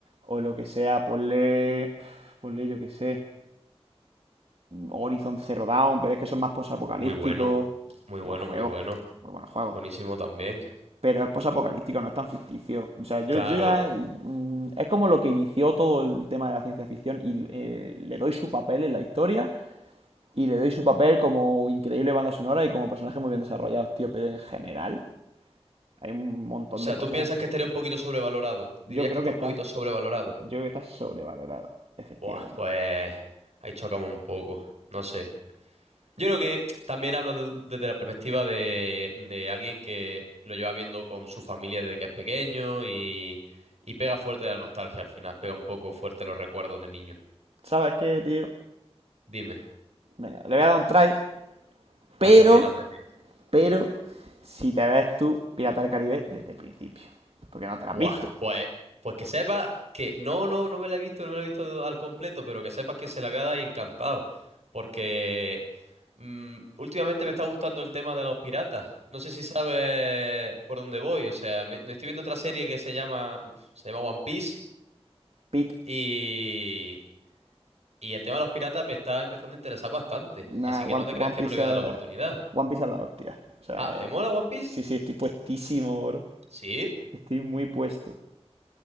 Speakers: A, on the right; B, on the right.
A: o lo que sea, ponle, ponle yo qué sé, Horizon Zero Dawn, pero es que son más posapocalípticos.
B: Muy bueno, muy
A: Buen
B: bueno,
A: juego,
B: muy bueno.
A: muy buen juego.
B: Buenísimo también.
A: pero es posapocalíptico, no es tan ficticio. O sea, yo,
B: Claro.
A: yo ya. mm, Es como lo que inició todo el tema de la ciencia ficción y eh, le doy su papel en la historia y le doy su papel como increíble banda sonora y como personaje muy bien desarrollados, tío. Pero en general, hay un montón
B: O sea,
A: de cosas.
B: ¿tú piensas que estaría un poquito sobrevalorado? ¿Dirías
A: Yo creo
B: que está
A: que
B: un
A: está,
B: poquito sobrevalorado?
A: yo creo que está sobrevalorado, efectivamente.
B: Buah, pues ahí chocamos un poco. No sé. Yo creo que también hablo de- desde la perspectiva de, de alguien que lo lleva viendo con su familia desde que es pequeño y, y pega fuerte la nostalgia al final, pega un poco fuerte los recuerdos de niño.
A: ¿Sabes qué, tío?
B: Dime,
A: Venga, le voy a dar un try, pero,
B: haces bien, haces bien.
A: pero, si te ves tú Pirata del Caribe desde el principio, porque no te la
B: Buah,
A: has visto.
B: pues, pues que sepas que no, no, no me la he visto, no me la he visto al completo, pero que sepas que se la voy a dar y encantado, porque mm, últimamente me está gustando el tema de los piratas. No sé si sabes por dónde voy, o sea, me, me estoy viendo otra serie que se llama, se llama One Piece.
A: pic
B: Y, y el tema de los piratas me está empezando a interesar bastante,
A: Nah,
B: así que
A: One,
B: no te
A: One
B: creas que
A: Piece
B: no le voy
A: es,
B: a dar la oportunidad.
A: One Piece es la hostia. O sea,
B: Ah, ¿te mola One Piece?
A: sí, sí, estoy puestísimo, bro.
B: Sí,
A: Estoy muy puesto.